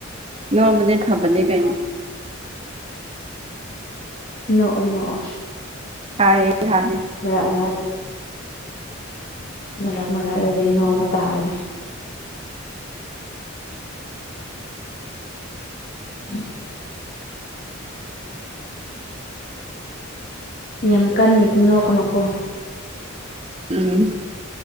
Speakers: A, on the right (about 30°); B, on the left (about 50°).
A: ꯅꯣꯕꯅꯦ ꯐꯕꯅꯦ ꯀꯩꯅꯣ
B: ꯅꯣꯛꯣ ꯅꯣꯛꯣ
A: ꯍꯥꯏ ꯍꯥꯏ
B: ꯃꯔꯛ ꯃꯔꯗꯗꯤ ꯃꯔꯛ ꯃꯔꯛꯗꯗꯤ ꯅꯣꯡꯄꯥ ꯇꯥꯕꯅꯤ <inaudible> ꯌꯥꯝ ꯀꯟꯅꯗꯤ ꯅꯣꯀꯛꯅꯨꯀꯣ
A: ꯎꯝ